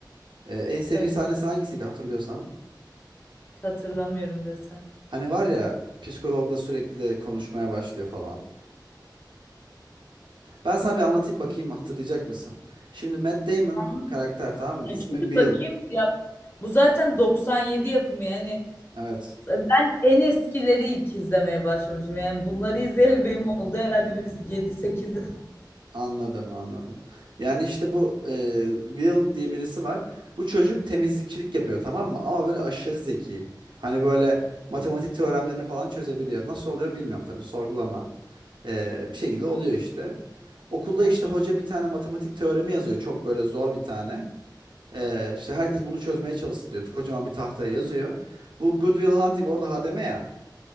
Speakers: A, on the right; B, on the left.
A: E, en
B: Söyle.
A: sevdiğin sahnesi hangisiydi hatırlıyorsan?
B: Hiç hatırlamıyorum desem.
A: Hani var ya psikologla sürekli konuşmaya başlıyor falan. Ben sana bir anlatayım bakayım hatırlayacak mısın? Şimdi Matt Damon
B: Ama
A: karakter tamam mı?
B: ya
A: İsmi
B: çünkü
A: Will.
B: bakayım ya bu zaten 97 yapımı yani
A: Evet.
B: ben en eskileri ilk izlemeye başlamışım. Yani bunları izleyeli benim oldu herhalde biz yedi sekiz yıl.
A: Anladım, anladım. Yani işte bu e, Will diye birisi var. Bu çocuk temizlikçilik yapıyor tamam mı? Ama böyle aşırı zeki. Hani böyle matematik teoremlerini falan çözebiliyor. Nasıl oluyor bilmiyorum tabii sorgulama. E, bir şekilde oluyor işte. Okulda
B: Evet.
A: işte hoca bir tane matematik teoremi yazıyor. Çok böyle zor bir tane. E, işte herkes bunu çözmeye çalışsın diyor. Kocaman bir tahtaya yazıyor. Bu Good Will Hunting orada hademe ya.